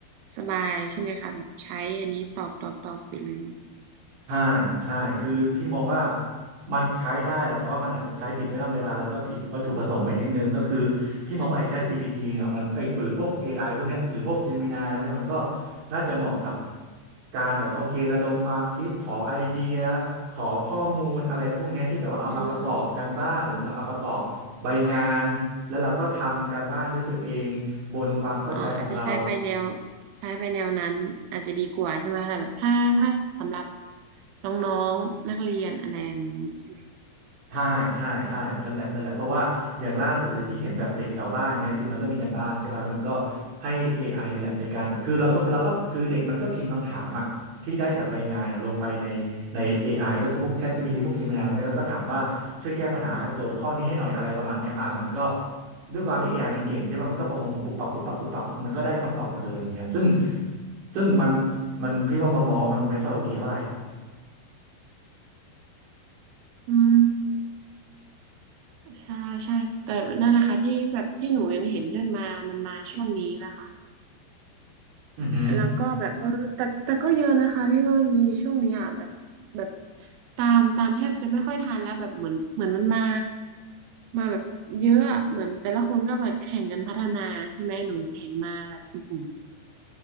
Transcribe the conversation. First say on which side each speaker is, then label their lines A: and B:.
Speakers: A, on the right; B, on the right.
A: สบายใช่ไหมคะแบบใช้อันนี้ตอบตอบตอบไปเลย
B: ใช่ใช่คือพี่มองว่ามันใช้ได้แหละแต่ว่ามันอาจจะใช้ผิดเวลาเวลาแล้วก็ผิดวัตถุประสงค์ไปนิดนึงก็คือพี่มองว่าไอ้
A: อืม
B: ChatGPT เนี่ยมันไอ้ยหรือพวก AI พวกเนี้ยหรือพวก Gemini แล้วพวกเนี้ยมันก็น่าจะเหมาะกับการแบบโอเคระดมความคิดขอไอเดียขอข้อมูลอะไรพวกเนี้ยที่แบบว่าเอามาประกอบกันบ้านหรือมาเอาประกอบใบงานแล้วเราก็ทำการบ้านด้วยตัวเองบนความเข้าใจของเรา
A: อืม อ่าอาจจะใช้ไปแนวใช้ไปแนวนั้นอาจจะดีกว่าใช่ไหมคะแต่แบบถ้าถ้าสำหรับน้องๆนักเรียนอะไรแบบนี้ใช่ไหม
B: ใช่ใช่ใช่นั่นแหละนั่นแหละ เพราะว่าอย่างล่าสุดเลยพี่เห็นแบบเด็กแถวบ้านเงี้ยคือมันก็มีการบ้านใช่ป่ะแล้วมันก็ให้ AI นี่แหละในการแบบคือเราก็เราก็คือเด็กมันก็พิมพ์คำถามอะที่ได้จากใบงานเนี่ยลงไปในใน AI ก็คือพวก ChatGPT พวก Gemini พวกเนี้ยแล้วก็ถามว่าช่วยแก้ปัญหาโจทย์ข้อนี้ให้หน่อยอะไรประมาณเนี้ยอ่ามันก็ด้วยความที่ AI มันเก่งใช่ป่ะมันก็ประมวลผลปุ๊บปับปุ๊บปับปุ๊บปับมันก็ได้คำตอบมาเลยอย่างเงี้ยซึ่งซึ่งมันมันพี่ว่ามันมองว่ามันไม่ค่อยโอเคเท่าไหร่
A: อืมใช่ใช่แต่นั่นแหละค่ะที่แบบที่หนูยังเห็นย่นมามันมาช่วงนี้แะค่ะ
B: อือหือ
A: แล้วก็แบบเออแต่แต่ก็เยอะนะคะเทคโนโลยีช่วงนี้อ่ะแบบแบบตามตามแทบจะไม่ค่อยทันแล้วแบบเหมือนเหมือนมันมามาแบบเยอะอะเหมือนแต่ละคนก็แบบแข่งกันพัฒนาใช่ไหมหนูเห็นมาแบบอือหือ